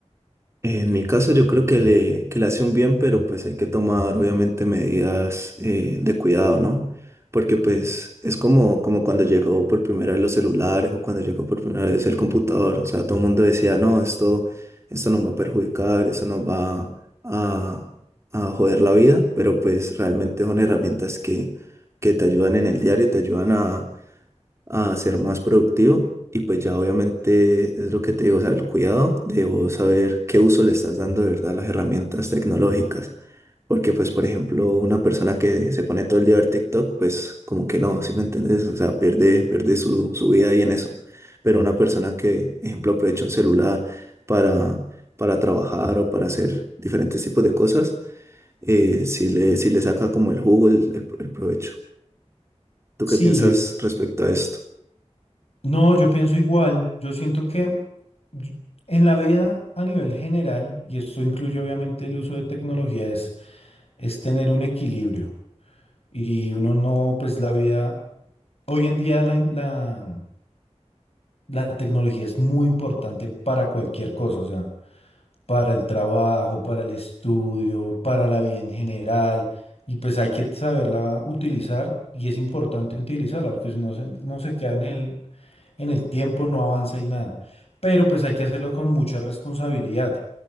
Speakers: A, on the right (about 25°); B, on the left (about 60°).
A: En mi caso yo creo que le, que le hace un bien, pero pues hay que tomar obviamente medidas eh, de cuidado, ¿no? Porque pues
B: Sí.
A: es como, como cuando llegó por primera vez los celulares o cuando llegó por primera vez el computador. O sea, todo el mundo decía, no, esto, esto nos va a perjudicar, eso nos va a, a joder la vida, pero pues realmente son herramientas que, que te ayudan en el diario, te ayudan a a ser más productivo. Y pues ya obviamente es lo que te digo, o sea, el cuidado de vos saber qué uso le estás dando de verdad a las herramientas tecnológicas. Porque pues, por ejemplo, una persona que se pone todo el día a ver TikTok, pues como que no, ¿sí me entendés? O sea, pierde, pierde su, su vida ahí en eso. Pero una persona que, ejemplo, aprovecha un celular para, para trabajar o para hacer diferentes tipos de cosas, eh, sí le, sí le saca como el jugo, el, el el provecho. ¿Tú
B: Sí,
A: qué piensas
B: yo
A: respecto a esto?
B: No, yo pienso igual. Yo siento que y- en la vida a nivel general, y esto incluye obviamente el uso de tecnología, es, es tener un equilibrio. Y uno no, pues la vida, hoy en día la, in- la, la tecnología es muy importante para cualquier cosa. O sea, para el trabajo, para el estudio, para la vida en general. Y pues hay que saberla utilizar y es importante utilizarla porque si no se, no se queda en el, en el tiempo, no avanza y nada. Pero pues hay que hacerlo con mucha responsabilidad.